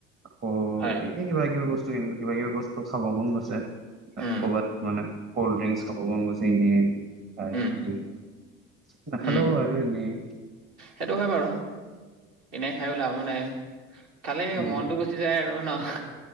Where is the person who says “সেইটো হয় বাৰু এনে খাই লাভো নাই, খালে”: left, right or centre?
Right